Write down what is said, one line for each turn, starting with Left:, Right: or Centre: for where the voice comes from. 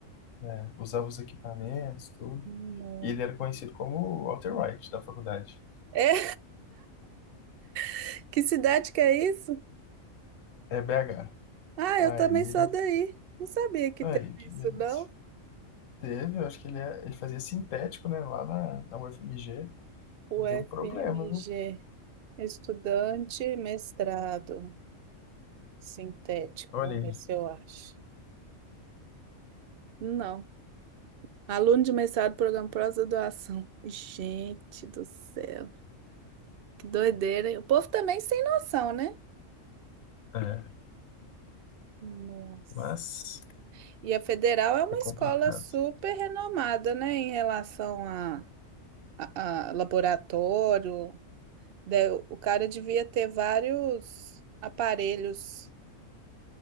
Left: né, usava os equipamentos, tudo.
Right: Não.
Left: E ele era conhecido como Walter White da faculdade.
Right: É, <laughs> que cidade que é isso?
Left: É BH.
Right: Ah,
Left: Aí
Right: eu também sou
Left: ele.
Right: daí. Não sabia que
Left: Aí,
Right: teve
Left: que
Right: isso,
Left: beleza.
Right: não.
Left: Teve, eu acho que ele, é- ele fazia sintético, né, lá na, na UFMG. E
Right: O
Left: deu
Right: FMG,
Left: problema, viu?
Right: estudante mestrado sintético.
Left: Olha
Right: Vamos
Left: aí.
Right: ver se eu acho. Não. Aluno de mestrado, programa pós-graduação. Gente do céu, que doideira. hein? O povo também sem noção, né?
Left: É,
Right: Nossa.
Left: mas
Right: E a Federal é uma
Left: é complicado.
Right: escola super renomada, né, em relação a, a, a laboratório, Daí o o cara devia ter vários aparelhos,